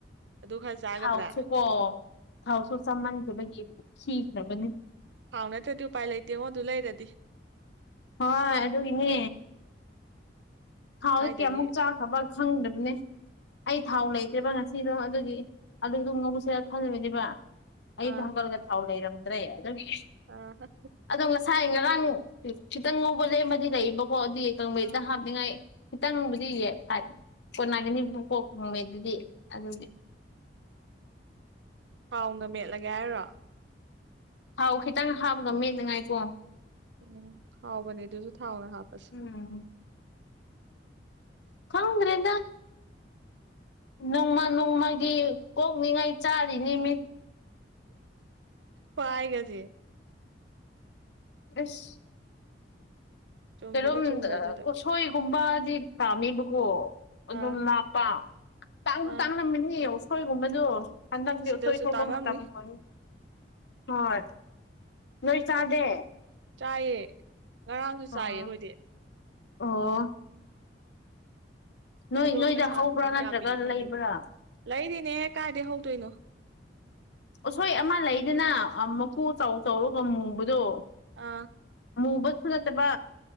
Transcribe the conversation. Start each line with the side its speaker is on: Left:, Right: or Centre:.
Right: ꯑꯗꯨ ꯈꯔ ꯆꯥꯒꯗ꯭ꯔꯥ
Left: ꯊꯥꯎꯁꯨꯀꯣ ꯊꯥꯎꯁꯨ ꯆꯃꯟꯈꯤꯕꯒꯤ ꯈ꯭ꯔꯤꯈꯕꯅꯤ
Right: ꯍꯥꯎꯅꯠꯇ ꯎ ꯄꯥꯏ ꯂꯩꯇꯦ ꯑꯣ ꯑꯗꯨ ꯂꯩꯔꯗꯤ
Left: ꯍꯣꯏ ꯑꯗꯨꯒꯤꯅꯦ ꯊꯥꯎꯗꯤ
Right: ꯀꯥꯏꯗꯒꯤ
Left: ꯀꯌꯥꯃꯨꯛ ꯆꯥꯈꯕ ꯈꯪꯗꯕꯅꯦ ꯑꯩ ꯊꯥꯎ ꯂꯩꯇ꯭ꯔꯦꯕ ꯉꯁꯤꯗꯣ ꯑꯗꯨꯒꯤ ꯑꯗꯨꯗꫭ ꯉꯧꯁꯔ ꯈꯜꯂꯕꯅꯦꯕ ꯑꯩꯗꫭ
Right: ꯑꯥ
Left: ꯍꯧꯒꯠꯂꯒ ꯊꯥꯎ ꯂꯩꯔꯝꯗ꯭ꯔꯦ ꯑꯗꯨꯒꯤ
Right: ꯑꯥ
Left: ꯑꯗꯣ ꯉꯁꯥꯏ ꯉ ꯉꯔꯥꯡ ꯈꯤꯇꯪ ꯉꯧꯕ ꯂꯦꯝꯕꯗꯤ ꯂꯩꯕꯀꯣ ꯑꯗꯨꯗꯤ ꯀꯪꯕꯩꯦꯇ
Right: ꯑꯥ
Left: ꯍꯥꯞꯅꯤꯡꯉꯥꯏ ꯈꯤꯇꯪꯕꯨꯗꯤꯌꯦ ꯐꯥꯏ ꯀꯣꯟꯅꯒꯅꯤꯕꯨꯀꯣ ꯀꯥꯡꯃꯦꯠ ꯑꯗꯨꯗꯤ ꯑꯗꯨꯅꯦ
Right: ꯍꯥꯎꯅ ꯃꯦꯠꯂꯒꯦ ꯍꯥꯏꯔꯣ
Left: ꯊꯥꯎ ꯈꯤꯇꯪ ꯍꯥꯝꯒ ꯃꯠꯅꯉꯥꯏꯀꯣ
Right: ꯎꯝ ꯍꯥꯎꯕꯅꯤꯗꯁꯨ ꯊꯥꯎ ꯍꯥꯄꯁ‌ꯦ
Left: ꯎꯝ ꯈꯪ꯭ꯔꯦꯗ ꯅꯣꯡꯃ ꯅꯣꯡꯃꯒꯤ ꯀꯣꯛꯅꯤꯉꯥꯏ ꯆꯥꯔꯤꯅꯤ ꯃꯤꯠ
Right: ꯄꯥꯏꯒꯦꯁꯦ
Left: ꯑꯁ
Right: ꯆꯨꯝꯕꯨꯗꯤ
Left: ꯀꯝ
Right: ꯆꯨꯝꯕ ꯑꯗꯨꯗꯣ
Left: ꯎꯁꯣꯏꯒꯨꯝꯕꯗꯤ ꯄꯥꯝꯃꯤꯕꯀꯣ ꯑꯗꯨꯝ
Right: ꯑꯥ
Left: ꯂꯥꯞꯄ ꯇꯥꯡꯁꯨ
Right: ꯑꯥ
Left: ꯇꯥꯡꯂꯝꯃꯤꯅꯤ ꯎꯁꯣꯏꯒꯨꯝꯕꯗꯣ ꯍꯟꯗꯛꯗꯤ
Right: ꯁꯤꯗꯁꯨ
Left: ꯎꯁꯣꯏ ꯁꯣꯛꯄ
Right: ꯇꯥꯡꯉꯝꯅꯤ
Left: ꯃꯇꯝ ꯍ ꯍꯣꯏ ꯅꯣꯏ ꯆꯥꯗꯦ
Right: ꯆꯥꯏꯌꯦ ꯉꯔꯥꯡꯁꯨ ꯆꯥꯏꯌꯦ
Left: ꯑꯣ
Right: ꯑꯩꯈꯣꯏꯗꯤ
Left: ꯑꯣ ꯅꯣꯏ
Right: ꯑꯗꯣ
Left: ꯅꯣꯏꯗ
Right: ꯄꯩꯁꯥꯗꯨꯗꯤ
Left: ꯍꯧꯕ꯭ꯔꯥ ꯅꯠꯇ꯭ꯔꯒ
Right: ꯀꯌꯥ ꯄꯤꯒꯦ ꯈꯪꯗꯦꯕ
Left: ꯂꯩꯕ꯭ꯔꯥ
Right: ꯂꯩꯔꯤꯅꯦꯍꯦ ꯀꯥꯏꯗ ꯍꯧꯗꯣꯏꯅꯣ
Left: ꯎꯁꯣꯏ ꯑꯃ ꯂꯩꯗꯅ ꯃꯀꯨ ꯆꯥꯎꯧ ꯆꯥꯎꯧꯔꯒ ꯃꯨꯕꯗꯣ
Right: ꯑꯥ
Left: ꯃꯨꯕꯁꯨꯨ ꯅꯠꯇꯕ